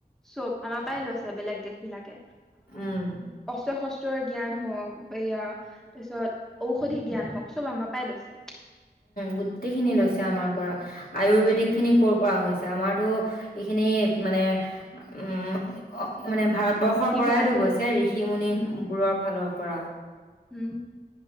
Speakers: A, in the centre; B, on the left.
A: চব আমাৰ পৰাই লৈছে বেলেগ দেশ বিলাকে
B: উম,
A: অস্ত্ৰ শস্ত্ৰৰ জ্ঞান হওক। ইয়া তাৰপিছত ঔষধি জ্ঞান হওক চব আমাৰ পাই লৈছে।
B: গোটেইখিনি লৈছে আমাৰ পৰা আয়ুৰ্বেদিকখিনি ক'ৰ পৰা হৈছে আমাৰতো এইখিনি মানে <inaudible> মানে ভাৰতবৰ্ষৰ
A: ঋষি
B: পৰাইতো
A: বিলাকে
B: গৈছে ঋষি মুনি
A: উম
B: বোৰৰ ফালৰ পৰা। পৰা।
A: উ'ম।